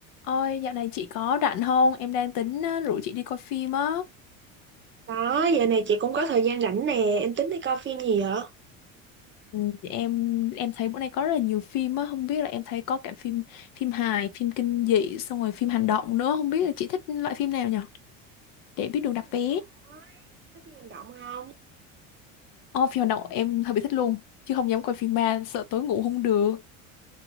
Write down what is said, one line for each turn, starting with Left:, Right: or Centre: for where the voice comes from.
Left: Ôi, dạo này chị có rảnh không? Em đang tính ờ, rủ chị đi coi phim á.
Right: Có, giờ này chị cũng có thời gian rảnh nè, em tính đi coi phim gì vậy?
Left: Ừ, Em em thấy bữa nay có rất là nhiều phim á, không biết là em thấy có cả phim phim hài, phim kinh dị, xong rồi phim hành động nữa, không biết là chị thích loại phim nào nhở? Để
Right: Chị
Left: biết đường
Right: thích
Left: đặt
Right: phim hành
Left: vé.
Right: động á, thích phim hành động không?
Left: Ồ, phim hành động em hơi bị thích luôn, chứ không dám coi phim ma, sợ tối ngủ không được.